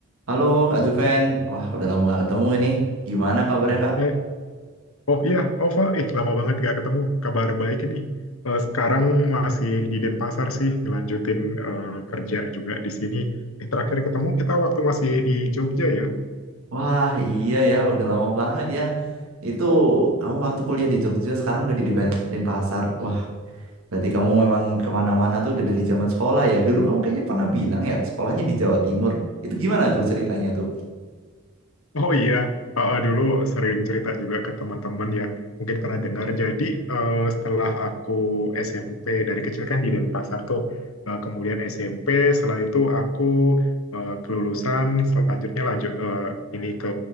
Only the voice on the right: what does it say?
Halo Kak Juven, wah udah lama nggak ketemu ini. Gimana kabarnya Kak?
Wah iya ya, udah lama banget ya. Itu kamu waktu kuliah di Jogja, sekarang udah di Depen- Denpasar. Wah berarti kamu memang kemana-mana tuh udah dari zaman sekolah ya. Dulu kamu kayaknya pernah bilang ya, sekolahnya di Jawa Timur. Itu gimana tuh ceritanya tuh?